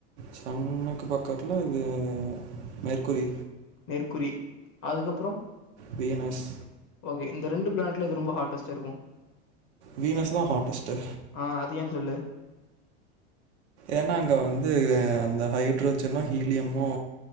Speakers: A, on the right (about 80°); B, on the left (about 40°).
A: சன்னுக்கு பக்கத்துல இது மெர்குரி
B: மெர்குரி அதுக்கப்றோ
A: வீனஸ்
B: வி இந்த ரெண்டு பிளானட்ல எது ரொம்ப ஹாட்டஸ்ட்டா இருக்கு
A: வீனஸ் தா ஹாட்டஸ்டு
B: ஆ அது ஏன்னு சொல்லு
A: ஏன்னா அங்க வந்து அந்த ஹைட்ரோஜனு ஹீலியமு